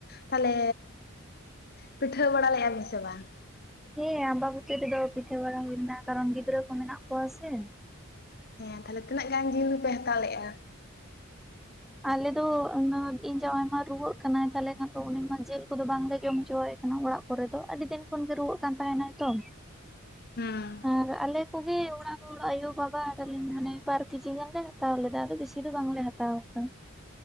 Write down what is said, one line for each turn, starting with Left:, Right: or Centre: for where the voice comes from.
Left: ᱛᱟᱦᱚᱞᱮ ᱯᱤᱴᱷᱟᱹ ᱵᱟᱲᱟ ᱞᱮᱫ ᱟᱵᱤᱱ ᱥᱮ ᱵᱟᱝ?
Centre: ᱦᱮᱸ ᱟᱢᱵᱟᱵᱚᱛᱤ ᱨᱮᱫᱚ ᱯᱤᱴᱷᱟᱹ ᱵᱟᱲᱟ ᱦᱩᱭ ᱞᱮᱱᱟ, ᱠᱟᱨᱚᱱ ᱜᱤᱫᱽᱨᱟᱹ ᱠᱚ ᱢᱮᱱᱟᱜ ᱠᱚᱣᱟ ᱥᱮ᱾
Left: ᱦᱮᱸ ᱛᱟᱦᱞᱮ ᱛᱤᱱᱟᱹᱜ ᱜᱟᱱ ᱡᱤᱞ ᱯᱮ ᱦᱟᱛᱟᱣ ᱞᱮᱫᱼᱟ?
Centre: ᱟᱞᱮ ᱫᱚ ᱤᱧ ᱡᱟᱢᱟᱭ ᱢᱟ ᱨᱩᱣᱟᱹᱜ ᱠᱟᱱᱟᱭ ᱛᱟᱦᱚᱞᱮ ᱠᱷᱟᱱ ᱫᱚ ᱩᱱᱤ ᱢᱟ ᱡᱮᱞ ᱠᱚᱫᱚ ᱵᱟᱝᱞᱮ ᱡᱚᱢ ᱦᱚᱪᱚᱣᱟᱭ ᱠᱟᱱᱟ, ᱚᱲᱟᱜ ᱠᱚᱨᱮ ᱫᱚ ᱟᱹᱰᱤ ᱫᱤᱱ ᱠᱷᱚᱱ ᱜᱮ ᱨᱩᱣᱟᱹᱜ ᱠᱟᱱ ᱛᱟᱦᱮᱱᱟᱭ ᱛᱚ᱾
Left: ᱦᱩᱸ
Centre: ᱟᱨ ᱟᱞᱮ ᱠᱚᱜᱮ ᱚᱲᱟᱜ ᱦᱚᱲ ᱟᱭᱩ ᱵᱟᱵᱟ ᱟᱨ ᱟᱞᱤᱧ ᱢᱟᱱᱮ ᱵᱟᱨ ᱠᱮᱡᱤ ᱜᱟᱱ ᱞᱮ ᱦᱟᱛᱟᱣ ᱞᱮᱫᱟ ᱟᱫᱚ ᱵᱮᱥᱤ ᱫᱚ ᱵᱟᱝ ᱞᱮ ᱦᱟᱛᱟᱣ ᱟᱠᱟᱫᱟ᱾